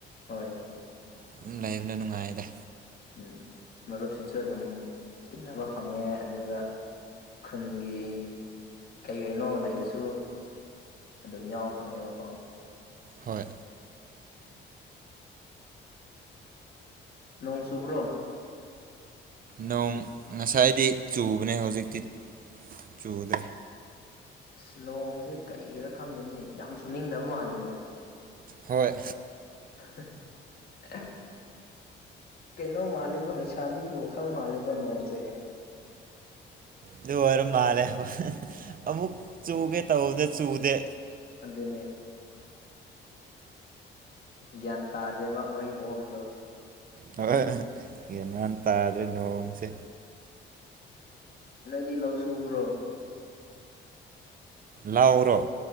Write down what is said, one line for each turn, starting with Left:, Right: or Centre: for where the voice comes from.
Left: ꯍꯣꯏ
Right: ꯑꯗꯨꯝ ꯂꯩꯕꯅ ꯅꯨꯡꯉꯥꯏꯗ
Left: ꯎꯝ ꯃꯔꯨꯞꯁꯤꯡꯁꯨ ꯑꯗꯨꯝ ꯇꯤꯟꯅꯕ ꯐꯪꯉꯦ ꯑꯗꯨꯒ ꯈꯨꯟꯒꯤ ꯀꯩ ꯀꯩꯅꯣ ꯂꯩꯕꯁꯨ ꯑꯗꯨꯝ ꯌꯥꯎꯕ ꯐꯪꯉꯦꯕꯀꯣ
Right: ꯍꯣꯏ
Left: ꯅꯣꯡ ꯆꯨꯕ꯭ꯔꯣ
Right: ꯅꯣꯡ ꯉꯁꯥꯏꯗꯤ ꯆꯨꯕꯅꯦ ꯍꯧꯖꯤꯛꯇꯤ ꯆꯨꯗ‌ꯦ
Left: ꯏꯁ ꯅꯣꯡꯁꯦ ꯀꯩꯒꯤꯔꯥ ꯈꯪꯗꯦꯅꯤ ꯌꯥꯝ ꯆꯨꯅꯤꯡꯗꯕ ꯃꯥꯜꯂꯤꯅꯦ
Right: ꯍꯣꯏ
Left: ꯍ ꯑ ꯀꯩꯅꯣ ꯃꯥꯜꯂꯦꯕꯣ ꯂꯩꯁꯥꯕꯤꯒꯤ ꯋꯥꯈꯜ ꯃꯥꯜꯂꯦꯀ‌ꯣ ꯅꯣꯡꯁꯦ
Right: ꯑꯗꯨ ꯑꯣꯏꯔ ꯃꯥꯜꯂꯦ ꯑꯃꯨꯛ ꯆꯨꯒꯦ ꯇꯧꯕꯗ ꯆꯨꯗꯦ
Left: ꯑꯗꯨꯅꯦ ꯒ꯭ꯌꯥꯟ ꯇꯥꯗꯦꯕ ꯃꯣꯏ ꯃꯑꯣꯡꯗꯣ
Right: ꯍꯣꯏ ꯌꯦꯟꯃꯥꯟ ꯇꯥꯗ꯭ꯔꯦ ꯅꯣꯡꯁꯦ
Left: ꯅꯣꯏꯗꯤ ꯂꯧ ꯁꯨꯕ꯭ꯔꯣ
Right: ꯂꯥꯎꯔꯣ